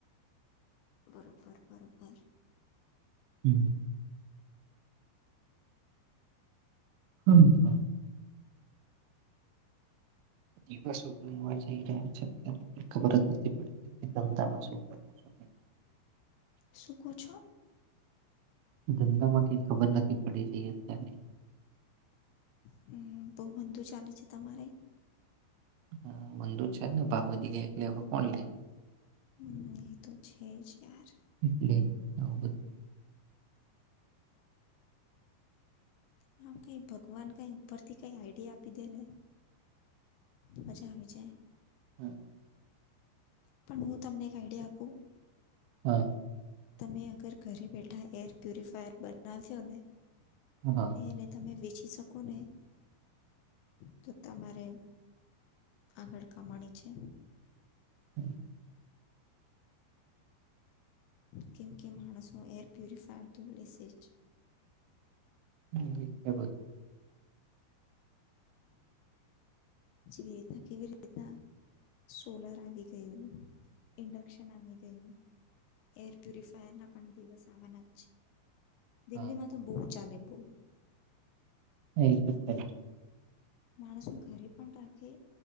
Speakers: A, on the left; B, on the right.
A: બરોબર બરોબર.
B: હમ. હમ હમ. દિવસો પણ એવા જઈ રહ્યા છેત્યારે ખબર જ નથી પડી ધંધામાં. શું કરવું શું
A: શું કોહ છો.
B: ધંધામાં ક ખબર નથી પડી રહી અત્યની.
A: હમ બહ મંદું ચાલે છે તમારે.
B: હ મંદુ છે જ ને ભાવ વધી ગયા એટલે કોણ લે.
A: હમ એ તો છે જ યાર.
B: એટલે આવું બધું
A: હ કઈ ભગવાન કઈ ઉપરથી કઈ આઈડિયા આપી દે ને મજા આવી જાય.
B: હમ.
A: પણ હું તમને એક આઈડિયા આપું.
B: હા.
A: તમે અગર ઘરે બેઠા એર પ્યુરિફાયર બનાવ્યો ને.
B: હા હા
A: ને તમે વિચ. શકોને તો તમારે આગળ કમાણી છે.
B: હમ.
A: કેમ કે માણસો એર પ્યુરિફાયર તો લેશે જ.
B: હ બલ. <unintelligible>
A: જેવી રીતે કેવી રીના સોલર આવી ગયુ ઇડકશન આવી ગયું એ ઇપુફાયર ના પણ દીવસો આવાના દિલ્હીમાં
B: હા,
A: તો બહુત. ચાલે બહુ.
B: એટ થ. <unintelligible>
A: માણસો ઘરે પણ રાખે